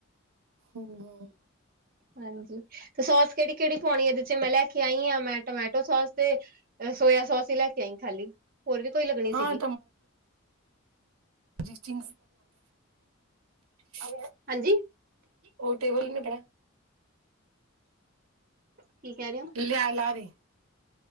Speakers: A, on the right (about 85°); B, on the right (about 40°).
A: ਹਮ ਹਮ
B: ਹਾਂਜੀ ਤੇ ਸੋਸ ਕਿਹੜੀ ਕਿਹੜੀ ਪਾਉਣੀ ਇਹਦੇ ਚ ਮੈਂ ਲੈ ਕੇ ਆਈ ਆ ਮੈਂ ਟਮੈਟੋ ਸੋਸ ਤੇ ਸੋਇਆ ਸੋਸ ਹੀ ਲੈ ਕੇ ਆਈ ਖਾਲੀ ਹੋਰ ਵੀ ਕੋਈ ਲੱਗਣੀ ਸੀਗੀ।
A: ਹਾਂ ਜਿਸਿੰ ਹ
B: ਹਾਂਜੀ
A: ਉਹ ਟੇਬਲ ਵੀ ਨ ਪੜਾ
B: ਕੀ ਕਹਿ ਰਹੇ ਹੋ?
A: ਲਿਆ ਲਾ ਰਹੀ